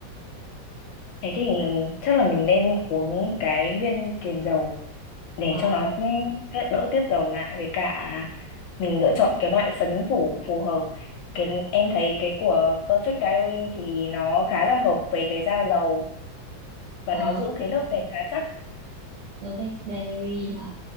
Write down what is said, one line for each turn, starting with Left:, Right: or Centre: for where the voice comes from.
Left: thế thì chắc là mình nên uống cái viên kiềm dầu để
Right: Ờ,
Left: cho nó ừ, hết đỡ tiết dầu lại với cả mình lựa chọn cái loại phấn phủ phù hợp cái em thấy cái của Perfect Diary thì nó khá là hợp với cái da dầu và
Right: ờ.
Left: nó giữ cái lớp bền khá chắc
Right: Perfect Diary hả?